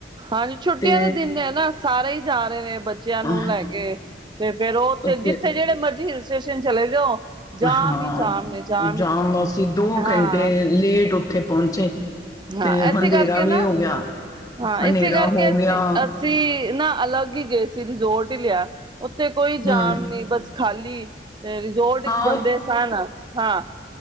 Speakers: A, on the right; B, on the left.
A: ਹਾਂਜੀ ਛੁੱਟੀਆਂ
B: ਤੇ
A: ਦੇ ਦਿਨ ਹੈ ਨਾ ਸਾਰੇ ਹੀ ਜਾ ਰਹੇ ਨੇ ਬੱਚਿਆਂ ਨੂੰ
B: ਅਹ,
A: ਲੈ ਕੇ? ਤੇ ਫੇਰ ਉੱਥੇ ਜਿੱਥੇ
B: ਤੇ
A: ਜਿਹੜੇ ਮਰਜ਼ੀ ਹਿਲ ਸਟੇਸ਼ਨ। ਤੇ ਚਲੇ ਜਾਓ। ਜਾਮ
B: ਹਾਂ
A: ਹੀ ਜਾਮ ਨੇ
B: ਜਾਮ
A: ਹੀ
B: ਅਸੀਂ ਦੋ
A: ਹਾਂ
B: ਘੰਟੇ ਲੇਟ ਉੱਥੇ ਪਹੁੰਚੇ
A: ਹਾਂ
B: ਤੇ ਹਨੇਰਾ
A: ਇਸੇ ਕਰਕੇ
B: ਵੀ
A: ਨਾ
B: ਹੋ ਗਿਆ
A: ਹਾਂ ਇਸੇ
B: ਹਨੇਰਾ
A: ਕਰਕੇ
B: ਹੋ
A: ਅਸੀ
B: ਗਿਆ
A: ਅਸੀਂ ਨਾ ਅਲੱਗ ਹੀ ਗਏ ਸੀ। ਫਿਰ ਰਿਜੋਰਟ ਹੀ ਲਿਆ। ਉੱਥੇ ਕੋਈ ਜਾਮ
B: ਹਮ
A: ਨੀ ਬਸ ਖਾਲੀ ਤੇ ਰਿਜ਼ੋਰਟ ਵਿੱਚ
B: ਹਾਂ
A: ਬੰਦੇ ਸਨ ਹਾਂ।